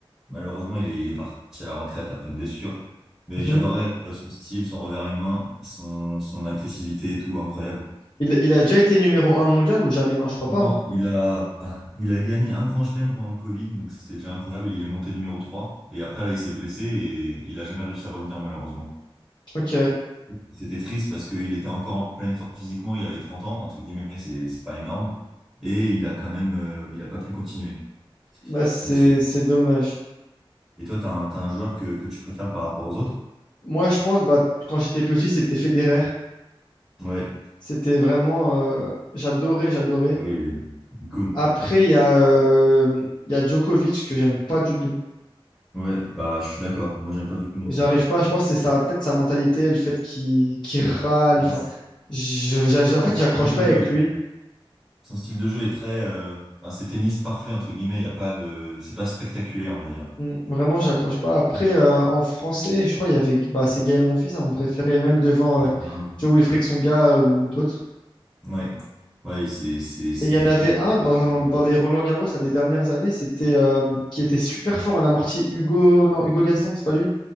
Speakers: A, in the centre; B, on the left (about 50°).
A: malheureusement il est, il est parti à la retraite après une blessure. Mais
B: Mhm.
A: j'adorais euh, son style, son revers à une main, son, son agressivité et tout, incroyable.
B: Il, il a déjà été numéro un mondial ou jamais? Non, je crois
A: Non,
B: pas. hein.
A: il a, il a gagné un grand chelem pendant le Covid, donc c'était déjà incroyable. Il est monté numéro trois Et après, là, il s'est blessé et il a jamais réussi à revenir, malheureusement.
B: Ok,
A: C'était triste parce qu'il était encore en pleine forme physiquement. Il avait 30 ans, entre guillemets, c'est c'est pas énorme. Et il a quand même, euh, il a pas pu continuer.
B: bah, c'est,
A: Donc c'est.
B: c'est dommage.
A: Et toi, t'as un, t'as un joueur que, que tu préfères par rapport aux autres?
B: Moi, je pense, bah, quand j'étais petit, c'était Federer.
A: Ouais.
B: C'était vraiment... euh, j'adorais, j'adorais.
A: Oui, il est il est cool.
B: Après, il y a, euh, il y a Djokovic que j'aime pas du tout.
A: Ouais, bah, je suis d'accord. Moi, j'aime pas du tout non
B: J'arrive
A: plus.
B: pas, je pense que c'est ça, peut-être sa mentalité, le fait qu'il qu'il râle.
A: Bah,
B: Enfin,
A: c'est
B: je- j'a- j'a- en
A: son
B: fait,
A: style
B: j'accroche
A: de
B: pas
A: jeu
B: avec
A: aussi.
B: lui.
A: Son style de jeu est très, euh, enfin, c'est tennis parfait entre guillemets. Il y a pas de, c'est pas spectaculaire, on va dire.
B: Mm, Vraiment, j'accroche pas. Après, euh, en français, je crois qu'il y avait bah, c'est Gaël Monfils, hein, mon préféré, même devant
A: Ouais,
B: euh,
A: clairement.
B: Joe Wilfried Songa ou d'autres.
A: Ouais, ouais, c'est c'est c'est
B: Et il y
A: des
B: en avait
A: coups
B: un
A: spectaculaires.
B: dans, dans les Roland-Garros là, des dernières années, c'était euh, qui était super fort en amorti, Hugo, non, Hugo Gaston, c'est pas lui?